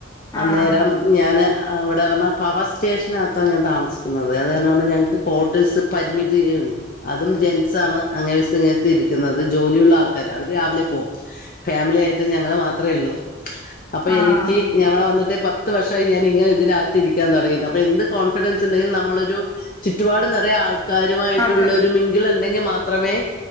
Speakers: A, on the left; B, on the left.
A: അന്നേരം
B: ആഹ്
A: ഞാന് ഇവിടെ പറാ പവർ സ്റ്റേഷനകത്തോ ഞാൻ താമസിക്കുന്നത് അത് കാര പറഞ്ഞാൽ ഞങ്ങൾക്ക് കോർട്ടേഴ്സ് പരിമിതി അതും ജെൻസ ആണ് അങ്ങേ വശത്തും ഇങ്ങേ വശത്തും ഇരിക്കുന്നത് ജോലിയുള്ള ആൾക്കാര് അവര് രാവിലെ പോകും ഫാമിലി ആയിട്ട് ഞങ്ങള് മാത്രമേ ഉള്ളു അപ്പൊ
B: ആഹ്
A: എനിക്ക് ഞവിടെ വന്നിട്ട് പത്ത് വർഷമായി ഞാൻ ഇങ്ങനെ ഇതിനകത്തി ഇരിക്കാൻ തുടങ്ങിയിട്ട് അപ്പൊ എന്ത് കോൺഫിഡൻസ് ഉണ്ടെിലും നമ്മളൊരു ചുറ്റുപാട് നിറയെ ആൾക്കാരുമായിട്ടുള്ള
B: ആൾക്ക്
A: ഒരു മിങ്കിള ഉണ്ടെങ്കിൽ മാത്രമേ